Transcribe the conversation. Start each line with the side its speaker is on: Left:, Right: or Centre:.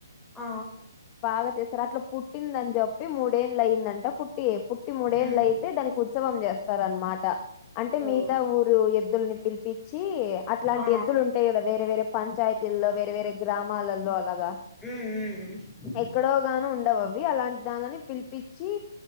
Centre: ఆ
Left: బాగా చేస్తారు అట్లా పుట్టిందని చెప్పి ముడేళ్ల అయిందంట పుట్ పుట్టి మడేళ్ళలు
Centre: మ్మ్
Left: అయితే దానికి ఉత్సవం చేస్తార అనమాట అంటే మిగతా
Centre: ఓ
Left: ఊరు ఎద్దుల్ని పిలిపించి అట్లాంటి
Centre: ఆ
Left: ఎద్దులు ఉంటాయి వేరే వేరే పంచాయితీల్లో వేర వేర సినిమాలలో అలాగా
Centre: ఉ ఉ ఉ
Left: ఎక్కడో గాన ఉండవ అవి అలాంటి దానిని పిలిపించి